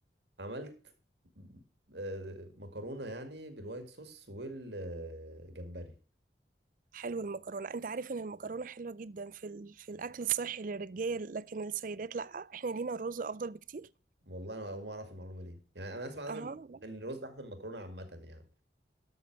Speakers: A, on the right (about 75°); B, on the right (about 50°).
A: عملت آه، مكرونه يعني بالوايت صوص والجمبري
B: حلو المكرونة انت عارف ان المكرونة حلوة جدا في ال... في الاكل الصحي للرجال لكن السيدات لا احنا لينا الرز افضل بكتير
A: والله انا اول مره اعرف المعلومه دي يعني انا اسمع
B: اها
A: دايما
B: لا
A: إن الرز احسن من المكرونه عامه يعني